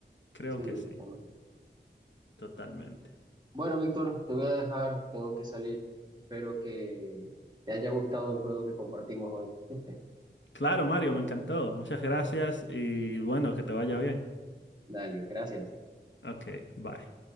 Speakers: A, on the left; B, on the right.
A: Creo
B: Sí,
A: que sí,
B: totalmente.
A: totalmente.
B: Bueno, Víctor, te voy a dejar, tengo que salir. Espero que te haya gustado el juego que compartimos hoy. <laughs>
A: Claro, Mario, me encantó. Muchas gracias y bueno, que te vaya bien.
B: Dale, gracias.
A: Ok, bye.